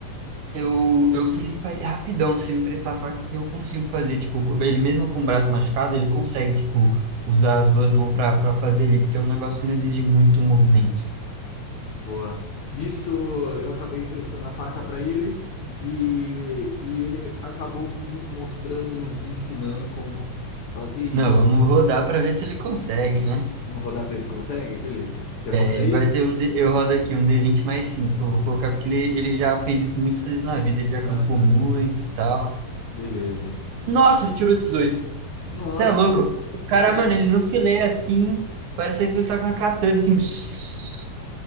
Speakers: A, on the right; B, on the left.
A: eu, eu sei limpar ele rapidão. Se me prestar a faca, que eu consigo fazer. Tipo, ele mesmo com o braço machucado, ele consegue, tipo, usar as duas mãos pra, pra fazer ali, porque é um negócio que não exige muito movimento.
B: boa. Nisso eu acabei emprestando a faca para ele e, e ele acabou nos mostrando, nos ensinando como fazer isso.
A: Não, vamos rodar pra ver se ele consegue, né?
B: Vamos rodar para ele, consegue? Beleza. Você roda
A: Ele
B: aí?
A: vai ter um. D- Eu rodo aqui um d vinte mais 5 que Eu vou colocar porque ele, ele já fez isso muitas vezes na vida. Ele já
B: Aham.
A: acampou muito e tal.
B: Beleza.
A: Nossa, ele tirou dezoito
B: Nossa,
A: Você é louco? O cara,
B: ca-
A: mano, ele no filé assim. Parece que ele tá com a katana assim. <sniffs>